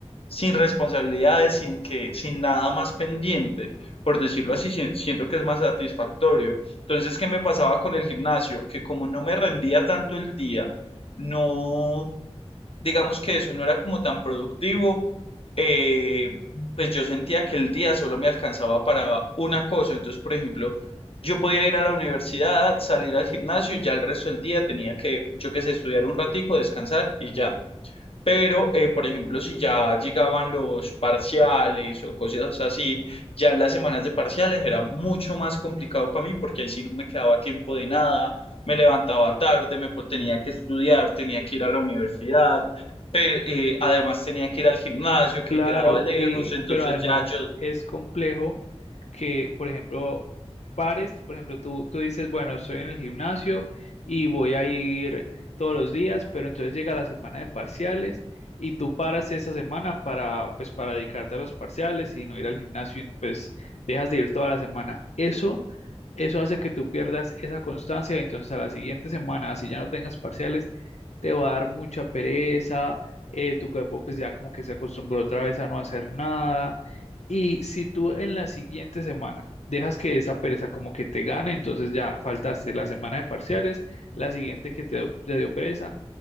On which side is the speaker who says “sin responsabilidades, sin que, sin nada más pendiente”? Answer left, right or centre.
Left